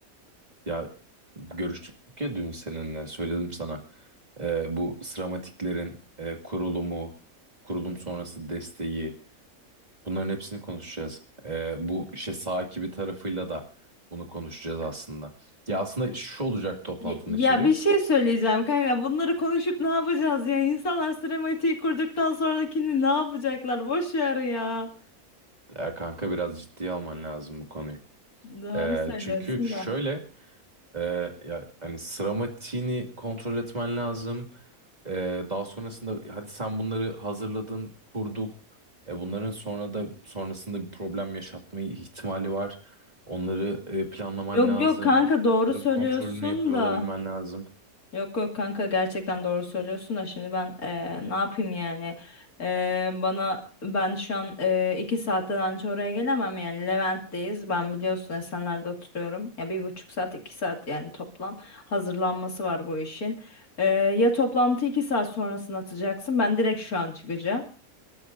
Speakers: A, on the right; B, on the left.
A: Ya görüştük ya dün seninle söyledim sana. Ee, bu sıramatiklerin e, kurulumu, kurulum sonrası desteği bunların hepsini konuşacağız. Ee, bu işte sahibi tarafıyla da bunu konuşacağız aslında. Ya aslında şu olacak toplantının
B: Ya ya
A: içeriği.
B: bir şey söyleyeceğim kanka. Bunları konuşup ne yapacağız ya? İnsanlar sinematiği kurduktan sonrakini ne yapacaklar? Boş ver ya.
A: Ya kanka biraz ciddiye alman lazım bu konuyu.
B: Doğru
A: Ee,
B: söylüyorsun
A: çünkü şöyle
B: da.
A: Ee, ya hani sıramatiğini kontrol etmen lazım. Ee, daha sonrasında hadi sen bunları hazırladın, kurduk. E, bunların sonra da sonrasında bir problem yaşatmayı ihtimali var. Onları e, planlaman
B: Yok
A: lazım.
B: yok kanka doğru
A: Bunların
B: söylüyorsun
A: kontrolünü yapıyor
B: da.
A: olabilmen lazım.
B: Yok yok kanka gerçekten doğru söylüyorsun da şimdi ben eee, ne yapayım yani Eee, bana ben şu an eee, iki saatten önce oraya gelemem yani Levent'teyiz ben biliyorsun Esenler'de oturuyorum ya bir buçuk saat iki saat yani toplam hazırlanması var bu işin Eee, ya toplantı iki saat sonrasını atacaksın ben direkt şu an çıkacağım.